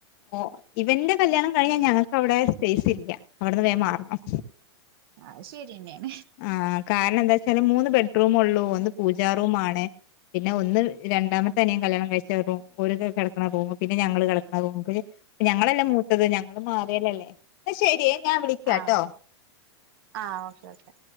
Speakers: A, on the left; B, on the right.
A: ഓ ഇവന്റെ കല്യാണം കഴിഞ്ഞാ ഞങ്ങക്ക് അവടെ സെപേയ്സ് ഇല്ല അവടന്ന് വേം മാറണം.
B: ആയ് ശര്യന്നേണ്.
A: ആഹ് കാരണം എന്താച്ചാല് മൂന്ന് ബെഡ്റൂമൊള്ളൂ ഒന്ന് പൂജാറൂമാണ്. പിന്നെ ഒന്ന് രണ്ടാമത്തെനിയൻ കല്യാണം കഴിച്ച റൂം ഓര്ക്ക് കെടക്ക്ണ റൂം പിന്നെ ഞങ്ങള് കെടക്ക്ണ റൂമ് ഞങ്ങളല്ലേ മൂത്തത് ഞങ്ങള് മാറ്യാലല്ലേ എന്നാ ശെരിയെ ഞാൻ വിളിക്കാട്ടോ.
B: ആഹ് ആഹ് ഓക്കെ ഓക്കെ